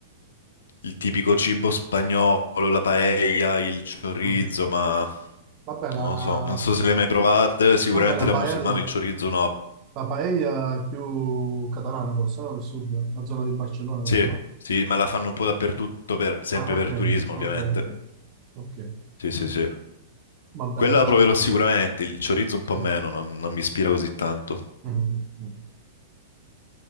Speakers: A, on the left; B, on the right.
A: il tipico cibo spagnolo, la paella, il chorizo,
B: eh.
A: ma
B: Vabbè, la,
A: non lo so, non so se le hai mai provate, sicuramente
B: vabbè, la
A: da
B: paella,
A: musulmano il chorizo no.
B: la paella è più catalana forse, no? Del sud, la zona di Barcellona
A: Sì,
B: così, no?
A: sì, ma la fanno un po' dappertutto, per- sempre
B: Ah,
A: per
B: ok,
A: turismo, ovviamente.
B: ok, ok, ok.
A: Sì, sì, sì.
B: Vabbè,
A: Quella
B: lo faccio.
A: la proverò sicuramente, il chorizo un
B: Sì.
A: po'
B: Mm,
A: meno, non, non mi ispira così tanto.
B: mm, mm.